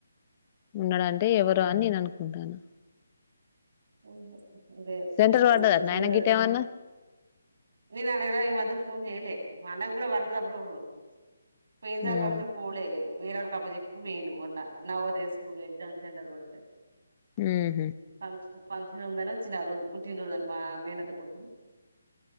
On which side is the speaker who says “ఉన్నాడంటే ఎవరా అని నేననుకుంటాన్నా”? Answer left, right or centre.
Left